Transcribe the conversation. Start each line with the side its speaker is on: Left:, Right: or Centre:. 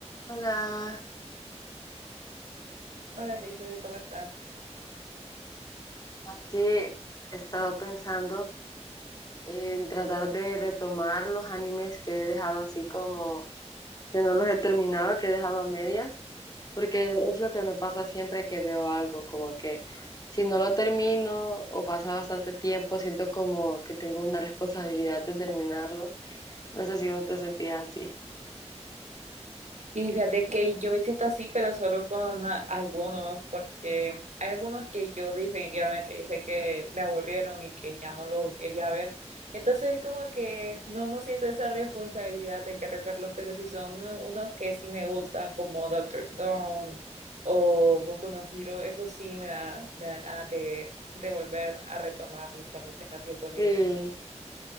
Left: Hola,
Right: Hola, Giselle, ¿cómo estás?
Left: aquí he estado pensando en tratar de retomar los animes que he dejado así como que no los he terminado, que he dejado a medias, porque es lo que me pasa siempre que veo algo, como que si no lo termino o pasa bastante tiempo, siento como que tengo una responsabilidad de terminarlo. No sé si vos te sentías así.
Right: Y fíjate que yo me siento así, pero solo con a- algunos, porque hay algunos que yo definitivamente, yo sé que me aburrieron y que ya no los quería ver. Entonces es como que no, no siento esa responsabilidad de querer verlos, pero sí son uno- unos que sí me gustan, como Doctor Stone o Boku no Hero, eso sí me da, me da ganas de, de volver a retomarlos cuando tenga tiempo libre.
Left: Sí,